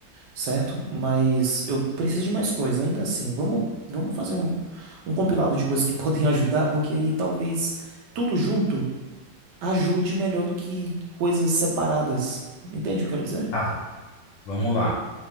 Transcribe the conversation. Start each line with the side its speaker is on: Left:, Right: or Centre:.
Right: certo? Mas eu preciso de mais coisa, ainda assim. Vamos, vamos fazer um, um compilado de coisas que <laughs> podem ajudar, porque aí talvez tudo junto ajude melhor do que coisas separadas. Entende o que eu quero dizer?
Left: Ah, vamos lá.